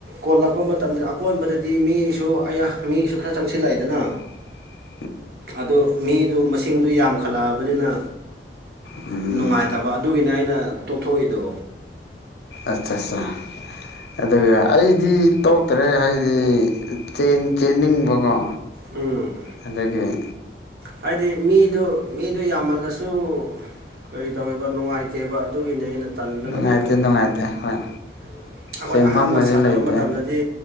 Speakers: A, on the right (about 55°); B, on the left (about 60°).
A: ꯀꯣꯜꯂꯛꯄ ꯃꯇꯝꯗ ꯑꯀꯣꯟꯕꯗꯗꯤ ꯃꯤꯁꯨ ꯑ ꯃꯤꯁꯨ ꯈꯔ ꯆꯪꯁꯤꯜꯂꯛꯑꯦꯗꯅ
B: <inaudible>
A: ꯑꯗꯨ ꯃꯤꯗꯨ ꯃꯁꯤꯡꯗꯨ ꯌꯥꯝꯈꯜꯂꯛꯑꯕꯅꯤꯅ
B: ꯎꯝ
A: ꯅꯨꯡꯉꯥꯏꯇꯕ ꯑꯗꯨꯒꯤꯅꯦ ꯑꯩꯅ ꯇꯣꯛꯊꯣꯛꯏꯗꯣ
B: ꯑꯠꯆꯥꯆꯥ ꯑꯗꯨꯒ ꯑꯩꯗꯤ ꯇꯣꯛꯇ꯭ꯔꯦ ꯍꯥꯏꯗꯤ ꯆꯦꯟ ꯆꯦꯟꯅꯤꯡꯕꯀꯣ
A: ꯎꯝ
B: ꯑꯗꯒꯤ ꯎꯝ
A: ꯍꯥꯏꯗꯤ ꯃꯤꯗꯨ ꯃꯤꯗꯨ ꯌꯥꯝꯃꯜꯂꯁꯨ ꯀꯔꯤ ꯇꯧꯋꯦꯕ ꯅꯨꯡꯉꯥꯏꯇꯦꯕ ꯑꯗꯨꯒꯤꯅꯦ ꯑꯩꯅ ꯇꯜꯂꯒ
B: ꯅꯨꯡꯉꯥꯏꯇꯦ
A: ꯇꯣꯛꯏꯗꯣ
B: ꯅꯨꯡꯉꯥꯏꯇꯦ ꯍꯣꯏ
A: ꯎ ꯑꯩꯈꯣꯏ
B: ꯆꯦꯟꯐꯝꯒꯁꯦ
A: ꯑꯍꯥꯟꯕ ꯁꯥꯟꯅꯕ
B: ꯂꯩꯇꯦ
A: ꯃꯇꯝꯗꯗꯤ